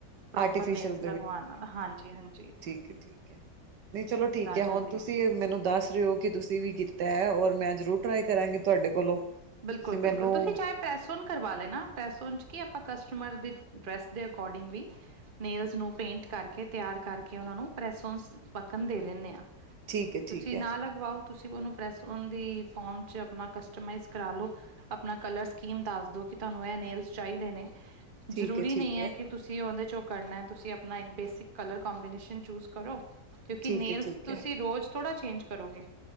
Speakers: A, on the right; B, on the right.
A: ਪ੍ਰੋਪਰ
B: ਆਰਟੀਫਿਸ਼ਲ
A: ਨੇਲਸ ਲਗਵਾਨ ਨਾਲ, ਹਾਂਜੀ-ਹਾਂਜੀ।
B: ਨਈ, ਚਲੋ ਠੀਕ ਐ ਹੁਣ
A: ਜਾਂਦੀ
B: ਤੁਸੀਂ?
A: ਹੈ
B: ਮੈਨੂੰ ਦੱਸ ਰਹੇ ਓ ਕਿ ਤੁਸੀਂ ਵੀ ਕੀਤਾ ਐ ਔਰ ਮੈਂ ਜ਼ਰੂਰ ਟਰਾਈ ਕਰਾਂਗੀ ਤੁਆਡੇ ਕੋਲੋਂ।
A: ਬਿਲਕੁਲ-ਬਿਲਕੁਲ
B: ਤੁਸੀਂ ਮੈਨੂੰ
A: ਤੁਸੀਂ ਚਾਹੇ ਪੈਸ ਓਨ ਕਰਵਾ ਲੈਣਾ, ਪ੍ਰੈਸ ਓਣ ਚ ਕੀ ਆਪਾਂ ਕਸਟਮਰ ਦੇ ਡਰੈਸ ਦੇ ਅਕੋਰਡਿੰਗ ਵੀ ਨੇਲਜ਼ ਨੂੰ ਪੇਂਟ ਕਰਕੇ, ਤਿਆਰ ਕਰਕੇ, ਓਨਾਂ ਨੂੰ ਪ੍ਰੈਸ ਓਂਸ ਪੱਕਣ ਦੇ ਦਿੰਦੇ ਆ।
B: ਠੀਕ ਏ-ਠੀਕ
A: ਤੁਸੀਂ ਨਾ ਲਗਵਾਓ, ਤੁਸੀਂ ਓਨੂੰ ਪ੍ਰੈਸ ਓਨ ਦੀ ਫੋਮ ਚ ਆਪਣਾ ਕਸਟਮਾਈਜ਼ ਕਰਾ ਲੋ, ਆਪਣਾ ਕਲਰ ਸਕੀਮ ਦੱਸ ਦੋ, ਕਿ ਤੁਹਾਨੂੰ ਇਹ ਨੇਲਜ਼ ਚਾਹੀਦੇ ਨੇ।
B: ਏ-ਠੀਕ
A: ਜ਼ਰੂਰੀ
B: ਏ-ਠੀਕ
A: ਨਹੀਂ ਹੈ, ਕਿ ਤੁਸੀਂ ਉਹਦੇ ਚੋਂ ਕਰਨਾ ਹੈ। ਤੁਸੀਂ ਆਪਣਾ ਇੱਕ ਬੇਸਿਕ ਕਲਰ ਕੋਮਬੀਨੈਸ਼ਨ ਚੂਜ ਕਰੋ। ਕਿਉਂਕਿ,
B: ਏ-ਠੀਕ
A: ਨੇਲਸ
B: ਏ-ਠੀਕ
A: ਤੁਸੀਂ
B: ਏ
A: ਰੋਜ਼ ਥੋੜਾ ਚੇਂਜ ਕਰੋਗੇ,